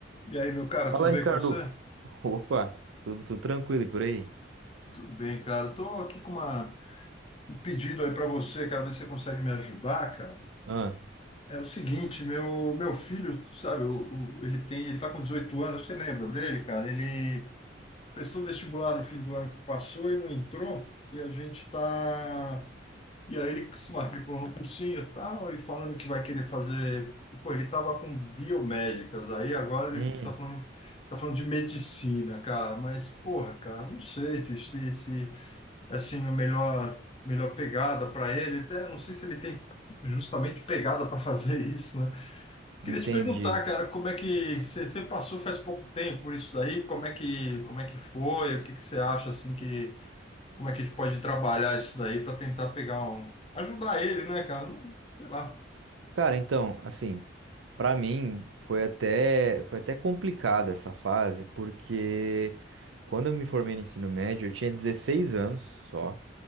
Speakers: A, on the left; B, on the right.
A: E aí, meu cara,
B: Fala,
A: tudo bem
B: Ricardo.
A: com você?
B: Opa, tudo, tudo tranquilo e por aí?
A: Tudo bem, cara. Tô aqui com uma- um pedido aí para você, cara, ver se você consegue me ajudar, cara.
B: Ah,
A: É o seguinte, meu meu filho, sabe, o- o- ele tem, ele tá com 18 anos, você lembra dele, cara? Ele prestou vestibular no fim do ano que passou e não entrou, e a gente tá E aí ele se matriculou no cursinho e tal, e falando que vai querer fazer. Pô, ele tava com biomédicas, aí agora
B: hum,
A: ele tá falando, tá falando de medicina, cara. Mas, porra, cara, não sei bicho, se, se é assim, a melhor, melhor pegada para ele. Até não sei se ele tem justamente pegada para fazer isso, né? Queria
B: entendi.
A: te perguntar, cara, como é que você você passou faz pouco tempo por isso daí? Como é que, como é que foi? O que que você acha assim que como é que a gente pode trabalhar isso daí para tentar pegar um. ajudar ele, né, cara? Não- sei lá.
B: Cara, então, assim, pra mim foi até foi até complicada essa fase, porque quando eu me formei no ensino médio, eu tinha 16 anos só,